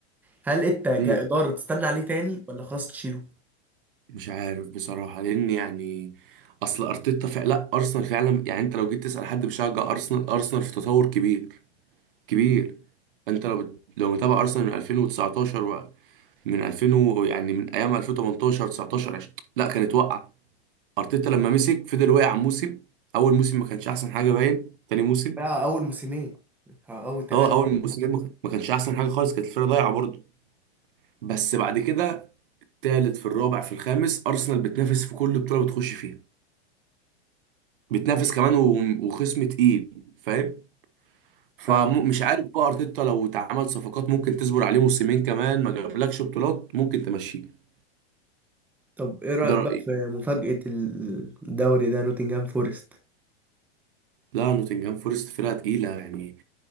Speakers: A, in the centre; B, on the right (about 55°).
A: هل انت كإدارة
B: امم
A: تستنى عليه تاني ولا خلاص تشيله؟
B: مش عارف بصراحة لأن يعني أصل أرتيتا فعلا لا أرسنال فعلا يعني أنت لو جيت تسأل حد بيشجع أرسنال أرسنال في تطور كبير كبير أنت لو بت... لو متابع أرسنال من 2019 و... من 2000 و... يعني من أيام 2018 19 20 لا كانت واقعة ارتيتا لما مسك فضل واقع موسم اول موسم ما كانش احسن حاجه باين تاني موسم
A: بقى اول موسمين أو اول ثلاثة
B: هو اول موسمين ما ما كانش احسن حاجه خالص كانت الفرقه ضايعه برضه بس بعد كده تالت في الرابع في الخامس ارسنال بتنافس في كل بطوله بتخش فيها بتنافس كمان و- وخصم تقيل فاهم فمش
A: فاهمك
B: عارف بقى ارتيتا لو اتعمل صفقات ممكن تصبر عليه موسمين كمان ما جابلكش بطولات ممكن تمشيه
A: طب ايه رأيك
B: ده
A: بقى
B: رايي
A: في مفاجأة الدوري ده نوتنجهام فورست
B: لا نوتنجهام فورست فرقه تقيله يعني